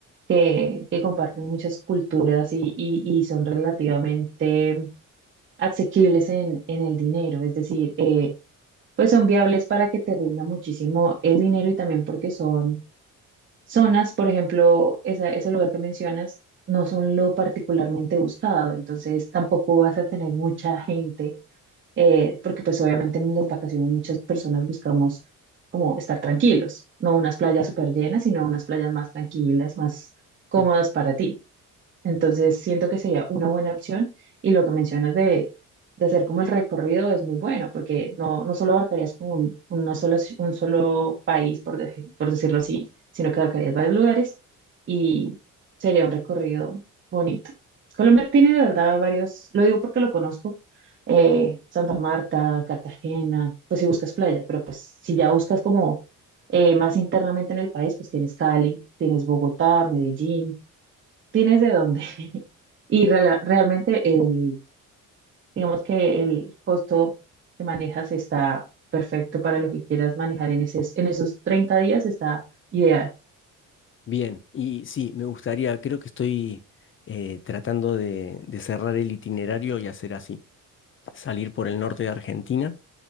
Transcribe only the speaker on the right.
que, que comparten muchas culturas y, y- y son relativamente asequibles en, en el dinero, es decir, eh, pues son viables para que te rinda muchísimo el dinero y también porque son zonas, por ejemplo, esa- ese lugar que mencionas, no son lo particularmente buscado, entonces tampoco vas a tener mucha gente, eh, porque pues obviamente en las vacaciones muchas personas buscamos como estar tranquilos, no unas playas súper llenas, sino unas playas más tranquilas, más cómodas
para ti. Entonces, siento que sería una buena opción y lo que mencionas de, de hacer como el recorrido es muy bueno porque no, no solo abarcarías como un, una sola ci- un solo país, por, deje- por decirlo así, sino que abarcarías varios lugares y sería un recorrido bonito. Colombia tiene de verdad varios, lo digo porque lo conozco, eh, Santa Marta, Cartagena, pues si buscas playa, pero pues si ya buscas como eh, más internamente en el país, pues tienes Cali, tienes Bogotá, Medellín tienes de dónde. <laughs> Y reala- realmente el, digamos que el costo que manejas está perfecto para lo que quieras manejar en esos, en esos 30 días, está ideal.